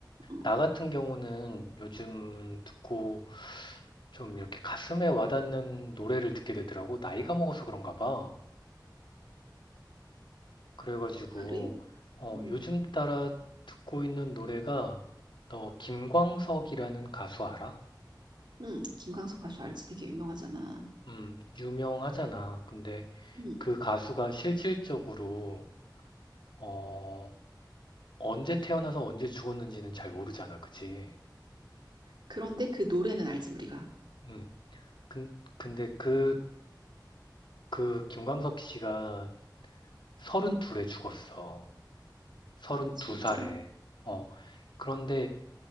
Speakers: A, on the right; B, on the left.
A: 어,
B: 나 같은 경우는 요즘 듣고 좀 이렇게 가슴에 와닿는 노래를 듣게 되더라고. 나이가 먹어서 그런가 봐. 그래가지고
A: 그래?
B: 어,
A: 음,
B: 요즘 따라 듣고 있는 노래가 너 김광석이라는 가수 알아?
A: 음, 김광석 가수 알지? 되게 유명하잖아.
B: 음, 유명하잖아. 근데
A: 음,
B: 그 가수가 실질적으로, 어, 언제 태어나서 언제 죽었는지는 잘 모르잖아. 그치?
A: 그런데 그 노래는 알지 우리가.
B: 음, 근, 근데 그, 그 김광석 씨가 32에 죽었어. 32살에.
A: 진짜?
B: 어, 그런데